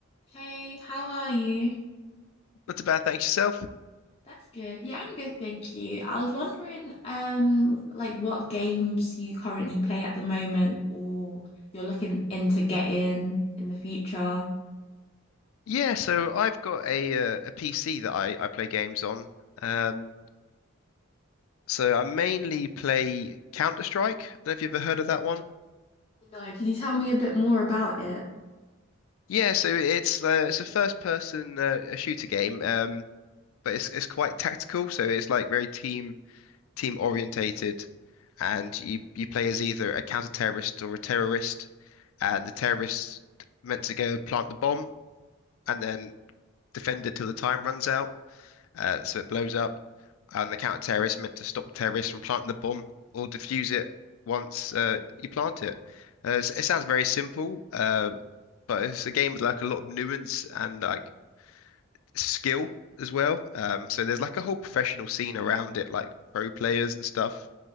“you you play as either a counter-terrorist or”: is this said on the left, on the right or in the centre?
Left